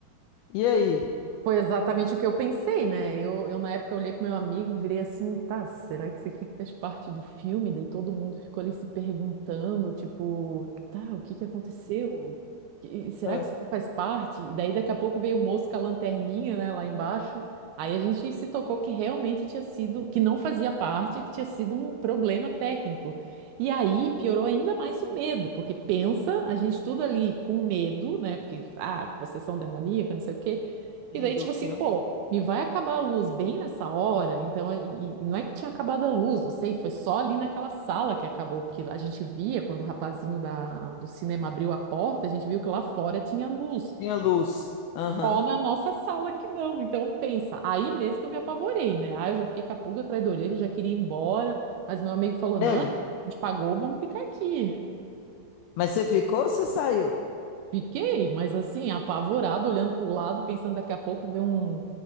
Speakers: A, on the left; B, on the right.
A: E aí?
B: Foi exatamente o que eu pensei, né? Eu, eu na época olhei pro meu amigo, virei assim, tá, será que isso aqui faz parte do filme? Daí todo mundo ficou ali se perguntando, tipo, tá, o que que aconteceu? E- e será
A: Ah,
B: que isso aqui faz parte? E daí daqui a pouco veio o moço com a lanterninha, né, lá embaixo. Aí a gente se tocou que realmente tinha sido, que não fazia parte, que tinha sido um problema técnico. E aí piorou ainda mais o medo, porque pensa, a gente tudo ali com medo, né? Porque, ah, possessão demoníaca, não sei o quê.
A: fim
B: E daí,
A: do
B: tipo
A: filme?
B: assim, pô, me vai acabar a luz bem nessa hora? Então, é, e, e não é que tinha acabado a luz, não sei, foi só ali naquela sala que acabou, porque a gente via quando o rapazinho da, do cinema abriu a porta, a gente viu que lá fora tinha luz.
A: Tinha luz. Aham.
B: Ó, na nossa sala que não. Então, pensa, aí mesmo que eu me apavorei, né? Ah, eu já fiquei com a pulga atrás da orelha, já queria ir embora, mas meu amigo falou: não,
A: Sério?
B: a gente pagou, vamos ficar aqui.
A: Mas você ficou ou você saiu?
B: Fiquei, mas assim, apavorado, olhando para o lado, pensando daqui a pouco ver um,